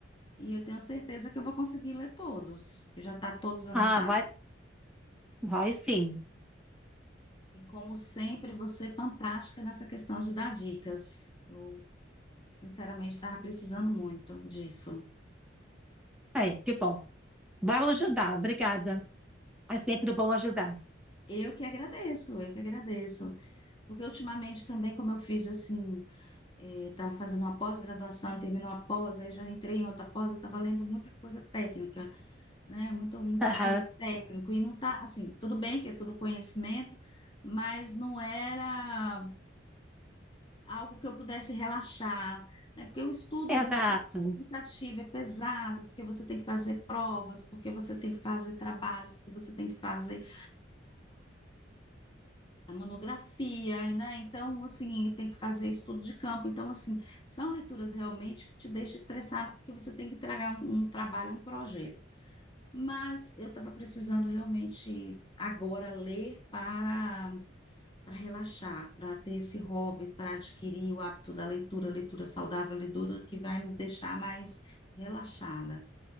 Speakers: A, on the left; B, in the centre.
A: E eu tenho certeza que eu vou conseguir ler todos, já está todos anotados.
B: Ah, vai, vai sim.
A: E como sempre, você é fantástica nessa questão de dar dicas. Eu, sinceramente, estava precisando muito disso.
B: Aí, que bom. Vai ajudar, obrigada. É sempre bom ajudar.
A: Eu que agradeço, eu que agradeço. Porque ultimamente também, como eu fiz assim, estava fazendo uma pós-graduação e terminou a pós, aí já entrei em outra pós, eu estava lendo muita coisa técnica, né? Muito, muitos
B: Aham.
A: livros técnicos, e não tá assim, tudo bem que é tudo conhecimento, mas não era algo que eu pudesse relaxar, né? Porque o estudo
B: Exato.
A: em si é cansativo, é pesado, porque você tem que fazer provas, porque você tem que fazer trabalhos, porque você tem que fazer a monografia, e, né? Então, assim, tem que fazer estudo de campo. Então, assim, são leituras realmente que te deixam estressado, porque você tem que entregar um, um trabalho, um projeto. Mas eu estava precisando realmente agora ler para, para relaxar, para ter esse hobby, para adquirir o hábito da leitura, leitura saudável, leitura que vai me deixar mais relaxada.